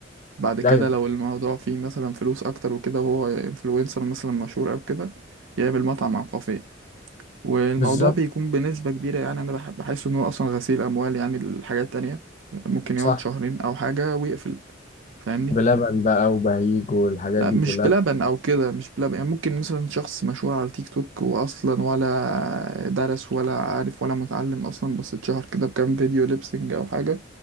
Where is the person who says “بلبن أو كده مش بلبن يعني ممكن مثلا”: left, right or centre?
Right